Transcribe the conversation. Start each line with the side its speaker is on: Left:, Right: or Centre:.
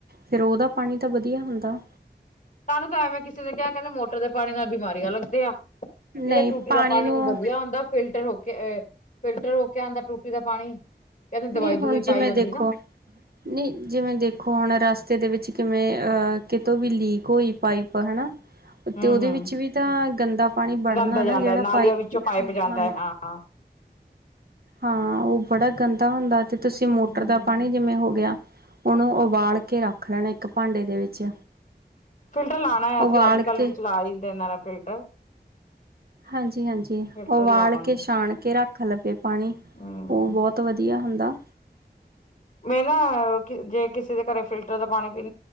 Right: ਫੇਰ ਓਦਾ ਪਾਣੀ ਤਾਂ ਵਦੀਆ ਹੂੰਦਾ।
Left: ਸਾਨੂੰ ਤਾਂ ਐਵੇਂ ਕਿਸੇ ਨੇ ਕੇਆ ਕੈਂਦੇ ਮੋਟਰ ਦੇ ਪਾਣੀ ਨਾਲ ਬਿਮਾਰੇਆਂ ਲੱਗਦੇ ਆ। ਕੈਂਦੇ
Right: ਨਹੀਂ
Left: ਟੂਟੀ ਦਾ ਪਾਣੀ
Right: ਨੂੰ
Left: ਬਦੀਆ ਹੁੰਦਾ ਫਿਲਟਰ ਹੋ ਕੇ ਏ ਫਿਲਟਰ ਹੋ ਕੇ ਆਂਦਾ ਟੂਟੀ ਦਾ ਪਾਣੀ ਕਹਿੰਦੇ
Right: ਨੀ
Left: ਦਵਾਈ ਦੂਈ
Right: ਹੁਨ ਜਿਵੇਂ
Left: ਪਾਈ ਹੁੰਦੀ
Right: ਦੇਖੋ
Left: ਨਾ
Right: ਨੀ ਜਿਵੇਂ ਦੇਖੋ ਹੋਣ ਰਾਸਤੇ ਦੇ ਵਿੱਚ ਕਿਵੇਂ ਅ ਕਿਤੋਂ ਵੀ ਲੀਕ ਹੋਈ ਪਾਈਪ ਹਣਾ,
Left: ਹੂੰ-ਹੂੰ
Right: ਤੇ ਓਦੇ ਵਿੱਚ ਵੀ ਤਾਂ ਗੰਦਾ ਪਾਣੀ ਬਾੜਨਾ
Left: ਗੰਦਾ
Right: ਨਾ
Left: ਜਾਂਦਾ
Right: ਜੇੜਾ
Left: ਨਾਲੀਆਂ
Right: ਪਾਈਪ
Left: ਵਿੱਚੋਂ ਜਾਂਦਾ
Right: ਹਂ
Left: ਹੈ ਹਾਂ।
Right: ਹਾਂ, ਓ ਬੜਾ ਗੰਦਾ ਹੁੰਦਾ ਤੇ ਤੁਸੀਂ ਮੋਟਰ
Left: ਹੂੰ
Right: ਦਾ ਪਾਣੀ ਜਿਵੇਂ ਹੋ ਗੇਆ ਓਣੂ ਉਬਾਲ਼ ਕੇ ਰੱਖ ਲੈਣਾ ਇੱਕ ਭਾਂਡੇ ਦੇ ਵਿੱਚ
Left: ਫਿਲਟਰ ਲਾਣਾ ਆ
Right: ਉਬਾਲ
Left: ਅਸੀ ਅੱਜ-ਕੱਲ
Right: ਕੇ
Left: ਵਿੱਚ, ਲਾਈ ਦੇਨਾ ਇਨਾਂ ਦਾ ਫਿਲਟਰ।
Right: ਹਾਂਜੀ-ਹਾਂਜੀ,
Left: ਫਿਲਟਰ
Right: ਉਬਾਲ਼
Left: ਲਾਵਾਂਗੇ
Right: ਕੇ ਸਾ਼ਣ ਕੇ ਰਾੱਖ ਲੱਵੇ ਪਾਣੀ
Left: ਹੂੰ
Right: ਓ ਬੋਤ ਤ ਵਦੀਆ ਹੁੰਦਾ।
Left: ਮੈਂ ਨਾ, ਕੀ ਜੇ ਕਿਸੇ ਦੇ ਘਰੇ ਫਿਲਟਰ ਦਾ ਪਾਣੀ ਪੀਂ